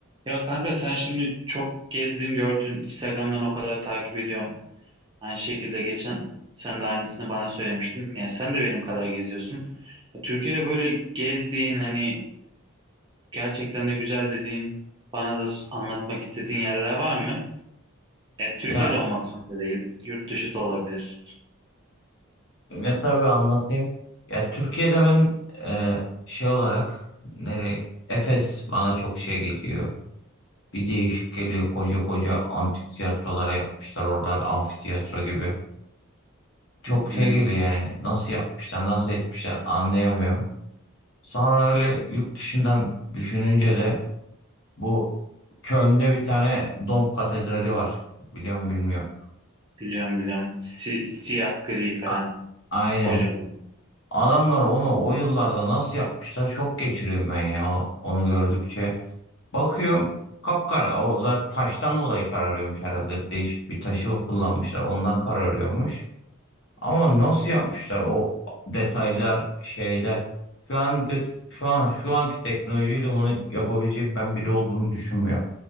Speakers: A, on the right; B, on the left.
A: Ya kanka sen şimdi çok gezdin gördün Instagram'dan o kadar takip ediyorum. Aynı şekilde geçen sen de aynısını bana söylemiştin. Yani sen de benim kadar geziyorsun. Ya Türkiye'de böyle gezdiğin hani gerçekten de güzel dediğin bana da anlatmak istediğin yerler var mı? Ya Türkiye'de
B: Ya
A: olmak zorunda değil. Yurt dışı da olabilir.
B: ya tabii anlatayım. Ya Türkiye'de ben e, şey olarak nereye Efes bana çok şey geliyor. Bir değişik geliyor. Koca koca antik tiyatrolar yapmışlar. Oralar amfiteyatro gibi. Çok
A: Hı hı,
B: şey geliyor yani. Nasıl yapmışlar, nasıl etmişler anlayamıyorum. Sonra öyle yurt dışından düşününce de bu Köln'de bir tane Dom Katedrali var. Biliyorum bilmiyorum.
A: biliyorum biliyorum. Si- siyah gri falan.
B: A- aynen.
A: Kocaman.
B: Adamlar onu o yıllarda nasıl yapmışlar şok geçiriyorum ben ya onu gördükçe. Bakıyorum kapkara o zaten taştan dolayı kararıyormuş herhalde değişik bir taşı kullanmışlar ondan kararıyormuş. Ama nasıl yapmışlar o detaylar şeyler. Şu an göt- şu an şu anki teknolojiyle onu yapabilecek ben biri olduğunu düşünmüyorum.